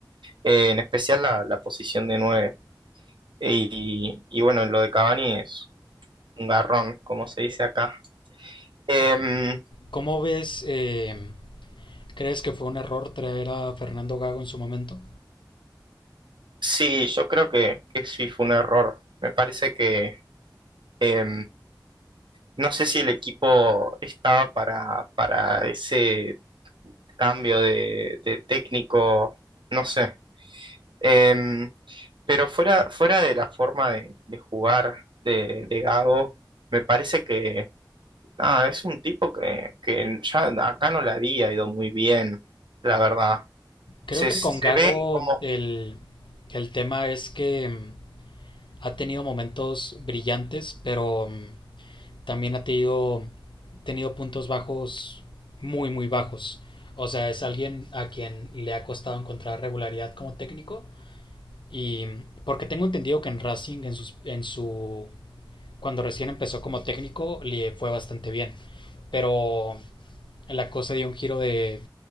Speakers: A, on the right; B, on the left.
A: Eh, en especial la, la posición de nueve. Y, y bueno, lo de Cavani es un garrón, como se dice acá. Eh,
B: ¿Cómo ves, eh, crees que fue un error traer a Fernando Gago en su momento?
A: sí, yo creo que, que sí fue un error. Me parece que eh, no sé si el equipo estaba para, para ese cambio de de técnico. No sé, Em, pero fuera, fuera de la forma de, de jugar de, de Gago, me parece que nada, es un tipo que, que ya acá no le había ido muy bien, la verdad.
B: Creo
A: Se,
B: que
A: se
B: con Gago
A: ve como,
B: el, el tema es que ha tenido momentos brillantes, pero mm, también ha tenido, tenido puntos bajos muy, muy bajos. O sea, es alguien a quien le ha costado encontrar regularidad como técnico. Y mm, porque tengo entendido que en Racing, en, sus, en su... Cuando recién empezó como técnico, le fue bastante bien. Pero mm, la cosa dio un giro de